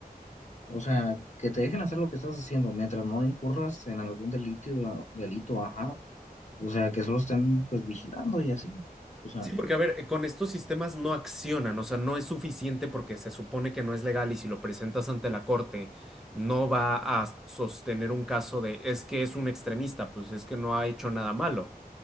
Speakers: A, on the left; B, in the centre.
A: O sea, que te dejen hacer lo que estás haciendo, mientras no incurras en algún delito, delito, ajá. O sea, que solo estén pues vigilando y así. O sea,
B: Sí, porque a ver, eh, con estos sistemas no accionan, o sea, no es suficiente porque se supone que no es legal y si lo presentas ante la corte no va a sostener un caso de es que es un extremista, pues es que no ha hecho nada malo.